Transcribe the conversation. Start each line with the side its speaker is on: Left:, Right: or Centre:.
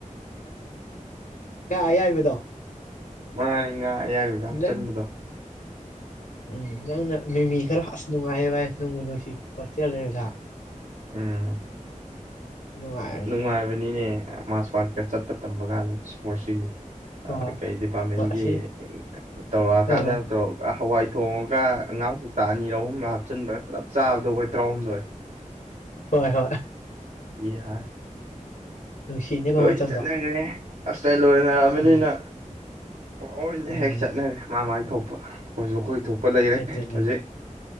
Left: ꯑꯌꯥꯏꯕꯗꯣ
Right: ꯃꯥꯔꯤꯉ ꯃꯌꯥꯏ ꯑꯣꯏꯒ ꯍꯥꯞꯆꯤꯟꯕꯗꯣ
Left: ꯅꯪ ꯎꯝ ꯅꯪꯅ ꯃꯤꯃꯤ ꯈꯔꯁ ꯅꯨꯡꯉꯥꯏꯌꯦ ꯚꯥꯏ ꯅꯣꯡꯕꯨ ꯅꯨꯡꯁꯤ ꯍꯣꯁꯇꯦꯜ ꯂꯩꯕꯗ
Right: ꯎꯝ
Left: ꯅꯨꯡꯉꯥꯏꯔꯦ
Right: ꯅꯨꯡꯉꯥꯏꯕꯅꯤꯅꯦ ꯃꯥꯁ ꯋꯥꯠ ꯀ ꯆꯠꯄ ꯇꯝꯕ ꯀꯥꯟꯗ ꯏꯁꯄꯣꯔꯠꯁꯤꯗꯤ
Left: ꯍꯣꯏ
Right: ꯀꯩ ꯗꯤꯄꯥꯔꯠꯃꯦꯟꯒꯤ
Left: ꯍꯣꯏ ꯑꯁꯤ
Right: ꯇꯧꯔꯛꯑꯀꯥꯟꯗ
Left: ꯑ
Right: ꯇꯧꯔ ꯍꯋꯥꯏ ꯇꯣꯡꯉꯒ ꯉ ꯉꯥꯡ ꯇꯥ ꯑꯅꯤꯔ ꯑꯍꯨꯝꯂꯥ ꯍꯥꯞꯆꯤꯟꯕꯗꯣ ꯄꯨꯂꯞ ꯆꯥꯕꯗꯣ ꯑꯩꯈꯣꯏ ꯇꯔꯥꯍꯨꯝꯗꯣꯏ
Left: ꯍꯣꯏ ꯍꯣꯏ
Right: ꯌꯥ
Left: ꯅꯨꯡꯁꯤꯅꯦꯀꯣ
Right: ꯂꯣꯏ
Left: ꯃꯇꯝꯗꯣ
Right: ꯆꯠꯅꯈ꯭ꯔꯦ ꯃꯁꯇꯔ ꯂꯣꯏꯅꯔꯛꯑꯃꯤꯅ
Left: ꯎꯝ
Right: ꯂꯣꯏꯅ
Left: ꯎꯝ
Right: ꯍꯦꯛ ꯆꯠꯅꯈ꯭ꯔꯦ ꯃꯥ ꯃꯥꯥꯏ ꯊꯣꯛꯄ ꯃꯣꯏꯁꯨ ꯑꯩꯈꯣꯏ ꯊꯣꯛꯄ ꯂꯩꯔꯦ
Left: ꯑꯗꯨꯅꯦ
Right: ꯍꯧꯖꯤꯛ